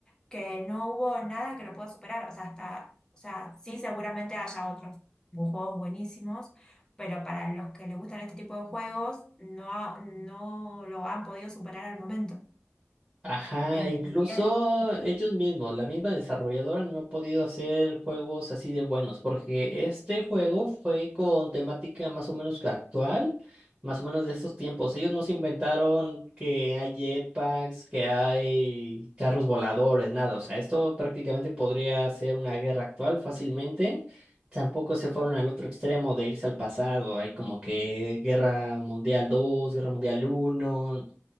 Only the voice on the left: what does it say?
que no hubo nada que lo pueda superar. O sea, hasta, o sea, sí, seguramente haya otros juegos buenísimos, pero para los que les gustan este tipo de juegos, no, ha- no lo han podido superar al momento.
¿Entendí
bien?